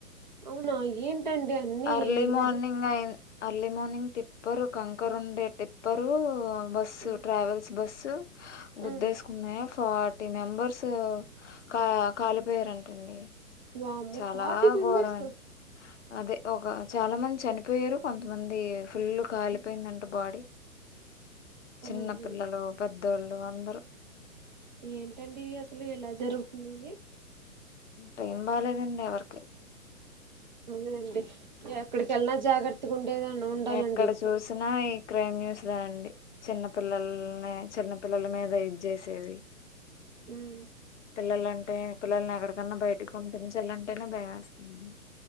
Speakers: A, on the right (about 30°); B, on the left (about 50°).
A: అవునా? ఏంటండి, అన్ని
B: అర్లీ
A: ఇలా?
B: మార్నింగ్
A: జరు
B: అయి అర్లీ మార్నింగ్ టిప్పరు, కంకరు ఉండే టిప్పరు, బస్సు
A: ఉమ్
B: ట్రావెల్స్ బస్సు. గుద్దేసుకున్నాయా?
A: ఉమ్
B: ఫార్టీ మెంబర్స్, కా కాలిపోయారంట అండి.
A: వామ్మో
B: చాలా,
A: ఫార్టీ మెంబర్స్
B: ఘోరమండి. అదే ఒక చాలా మంది చనిపోయారు. కొంతమంది ఫుల్ కాలిపోయిందంట,
A: అసలు
B: బాడీ. చిన్న
A: అయ్యో
B: పిల్లలు, పెద్దోళ్లు, అందరూ.
A: ఏంటండీ, అసలు ఎలా జరుగుతున్నాయి?
B: టైం బాగా లేదండీ, ఎవరికి.
A: అదే అండీ, ఎక్కడికి వెళ్లినా జాగ్రత్తగా ఉండేదే ఉండాలండీ
B: ఎక్కడ
A: ఇప్పుడు.
B: చూసినా ఈ క్రైమ్ న్యూస్ లో అండి, చిన్న పిల్లలనే చిన్న పిల్లల మీద ఇది జేసేది.
A: ఉమ్
B: పిల్లలంటే, పిల్లల్ని ఎక్కడికన్నా బయటికి పంపించాలంటేనే భయం వేస్తుంది.